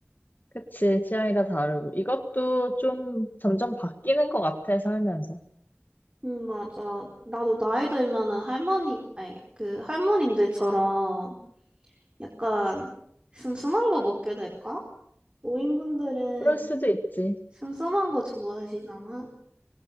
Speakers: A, on the left (about 40°); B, on the right (about 20°).
A: 그치. 취향이 다 다르고. 이것도 좀 점점 바뀌는 것 같아, 살면서.
B: 음, 맞아. 나도 나이 들면은 할머니, 아니, 그 할머님들처럼 약간 슴슴한 거 먹게 될까? 노인분들은
A: 그럴 수도 있지.
B: 슴슴한 거 좋아하시잖아.